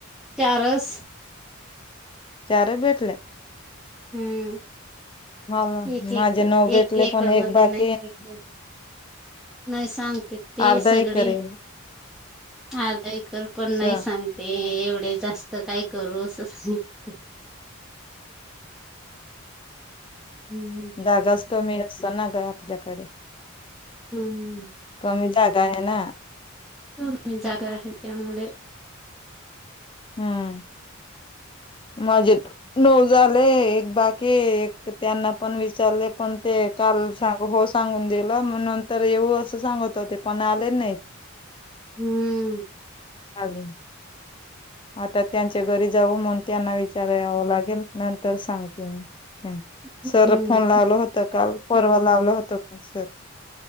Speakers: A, in the centre; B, on the left.
A: चारस
B: चार भेटल्या.
A: हम्म
B: माला
A: एक एक
B: माझे नऊ भेटले
A: एक एकड
B: पण एक
A: मध्ये
B: बाक
A: नाही सांगते ते
B: अर्धा
A: सगडे
B: एकर आहे
A: अर्धा एकर पण
B: स
A: नाही सांगते एवढे जास्त, काय करू असं सांगते हम्म.
B: जागा च कमी असता ना गं आपल्याकडे
A: हूं!
B: कमी जागा आहे ना
A: कमी जागा आहे त्यामुळे
B: हूं!
A: <inaudible>
B: माझे नऊ झाले, एक बाकी, एक त त्यांना पण विचारले पण ते का काल सांग हो सांगून दिलं म नंतर येऊ असं सांगत होते पण आले नाही
A: हूं!
B: अजून आता त्यांच्या घरी जाऊ, मंग त्यांना विचारयावं लागेल नंतर सांगते मी
A: हम्म.
B: सर फोन लावलं होत, काल परवा लावलं होत का सर